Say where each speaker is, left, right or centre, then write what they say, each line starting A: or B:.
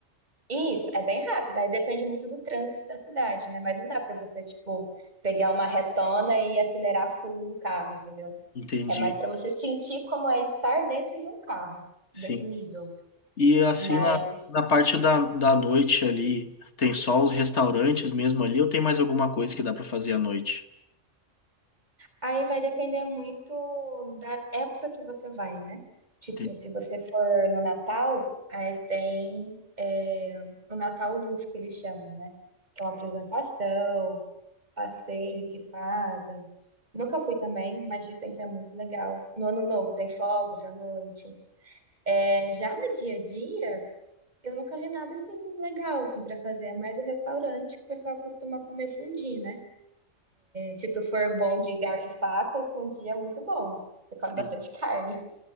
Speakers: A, on the right; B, on the left.
A: E Isso, é bem rápido, aí depende muito do trânsito da cidade, né? Mas não dá pra você, tipo, pegar uma retona e acelerar full o carro, entendeu?
B: Entendi.
A: É mais pra você sentir como é estar dentro de um carro
B: Sim.
A: desse nível.
B: E assim,
A: mas
B: na, na parte da, da noite ali, tem só os restaurantes mesmo ali, ou tem mais alguma coisa que dá pra fazer à noite?
A: Aí vai depender muito da época que você vai, né? Tipo,
B: Entendi.
A: se você for no Natal, aí tem é, o Natal Luz, que eles chamam, né? Que é uma apresentação, passeio que fazem. Nunca fui também, mas dizem que é muito legal. No Ano Novo tem fogos à noite. É, já no dia a dia, eu nunca vi nada assim legal assim, para fazer. É mais o restaurante que o pessoal costuma comer fondue, né? Se tu for bom de garfo e faca, o fundi é muito bom. Você come
B: Sim,
A: bastante carne.